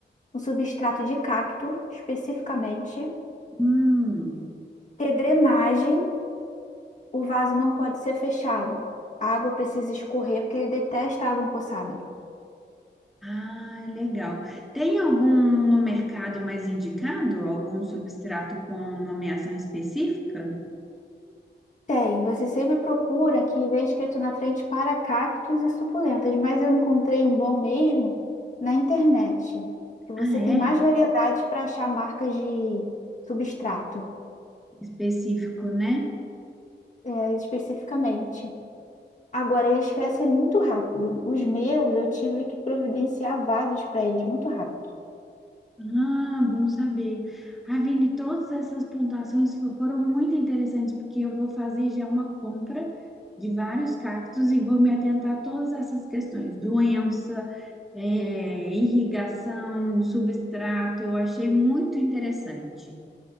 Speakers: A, on the left; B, in the centre.
A: um substrato de cacto, especificamente,
B: Hum.
A: ter drenagem, o vaso não pode ser fechado. A água precisa escorrer porque ele detesta água empoçada.
B: Ah, legal. Tem algum no mercado mais indicado? Algum substrato com nomeação específica?
A: Tem, você sempre procura que vem escrito na frente para cactos e suculentas, mas eu encontrei um bom mesmo na internet, que você
B: Ah,
A: tem
B: é?
A: mais variedade para achar marcas de substrato,
B: Específico, né?
A: é, especificamente. Agora, eles crescem muito rápido. Os meus, eu tive que providenciar vasos para eles muito rápido.
B: Ah, bom saber. Ah, Vini, todas essas pontuações fo- foram muito interessantes, porque eu vou fazer já uma compra de vários cactos e vou me atentar a todas essas questões: doença, eh, irrigação, substrato. Eu achei muito interessante.